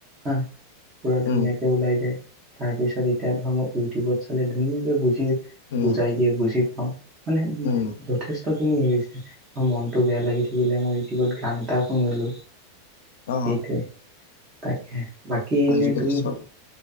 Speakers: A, on the right; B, on the left.
A: হা? পুৰা ধুনীয়াকে
B: উম
A: ওলাই যায় তাৰ পিছত এতিয়া ধৰ ম ইউটিউবত চালে ধুনীয়াকে বুজি
B: উম
A: বুজাই দিয়ে বুজি পাওঁ মানে
B: উম
A: যথেষ্ট খিনি হৈছে। মই মনটো বেয়া লাগি থাকিলে মই ইউটিউবত গান এটা শুনিলো।
B: অ
A: সেইটোৱে তাকে বাকী এনেই
B: আজিকালি
A: তুমি
B: চব